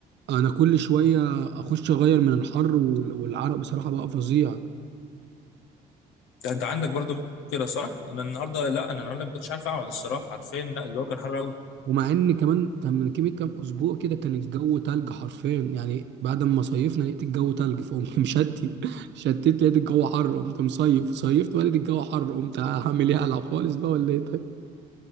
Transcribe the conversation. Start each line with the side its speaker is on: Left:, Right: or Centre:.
Right: انا كل شويه اخش اغير من الحر وال- والعرق بصراحه بقى فظيع
Left: انت أنت عندك برضو كده صح انا النهارده لا انا النهارده ما كنتش عارف اقعد الصراحه حرفيا لا الجو كان حر قوي
Right: ومع ان كمان كان من كيمي كام اسبوع كده كان الجو تلج حرفيا يعني بعد ما صيفنا لقيت الجو تلج فقمت <laughs> مشتي شتت لقيت الجو حر قمت مصيف صيفت بقى لقيت الجو حر قمت هعمل ايه هلعب خالص بقى ولا ايه طيب